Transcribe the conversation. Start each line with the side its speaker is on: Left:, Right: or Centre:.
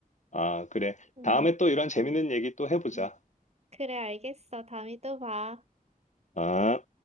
Left: 아, 그래.
Right: 음,
Left: 다음에 또 이런 재밌는 얘기 또 해보자.
Right: 음. 그래, 알겠어. 다음에 또 봐.
Left: 아.